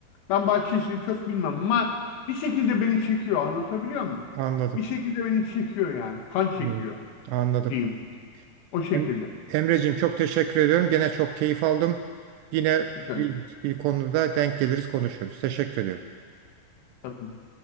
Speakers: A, on the left (about 75°); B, on the right (about 85°).
A: Ben bahçe işini çok bilmem ama bir şekilde beni çekiyor. Anlatabiliyor muyum?
B: Anladım.
A: Bir şekilde beni çekiyor yani. Kan çekiyor
B: Evet. Anladım.
A: diyeyim. O şekilde.
B: Em- Emreciğim çok teşekkür ediyorum. Gene çok keyif aldım. Yine
A: Hiç
B: bir, bir konuda denk geliriz konuşuruz. Teşekkür ediyorum.
A: önemli.